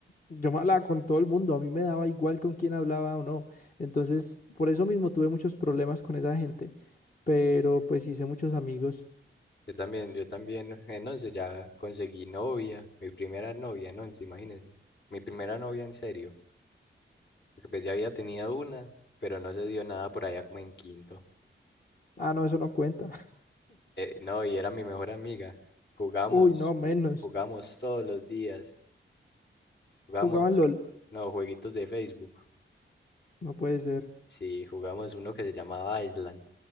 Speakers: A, on the left (about 40°); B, on the left (about 60°).
A: Yo me hablaba con todo el mundo, a mí me daba igual con quién hablaba o no. Entonces, por eso mismo tuve muchos problemas con esa gente pero pues hice muchos amigos.
B: Yo también, yo también en once ya conseguí novia, mi primera novia en once, imagínense. Mi primera novia en serio, porque pues ya había tenido una, pero no se dio nada por allá como en quinto.
A: Ah, no, eso no cuenta. <laughs>
B: Eh, no, y era mi mejor amiga. Jugamos,
A: Uy, no, menos.
B: ju- jugamos todos los días. Jugamos,
A: Jugaban LOL.
B: no, jueguitos de Facebook.
A: No puede ser.
B: Sí, jugamos uno que se llamaba Island